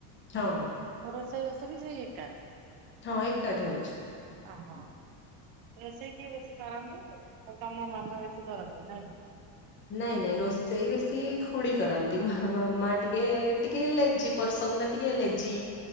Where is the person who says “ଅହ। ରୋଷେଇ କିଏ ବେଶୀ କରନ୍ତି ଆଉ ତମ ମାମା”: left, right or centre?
Right